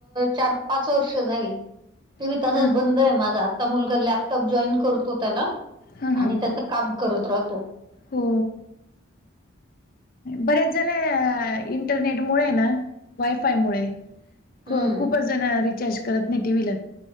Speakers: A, on the right (about 20°); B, on the left (about 45°).
A: चार पाच वर्ष झाली. टीव्ही
B: हा
A: तसाच बंद माझा आता मुलगा लॅपटॉप जॉईन करतो त्याला
B: हा हां
A: आणि त्याच काम करत राहतो.
B: हो. बरेच जण इंटरनेट मुळे ना वायफाय मुळे
A: हम्म
B: खूपच जण रिचार्ज करत नाही टी व्ही ला.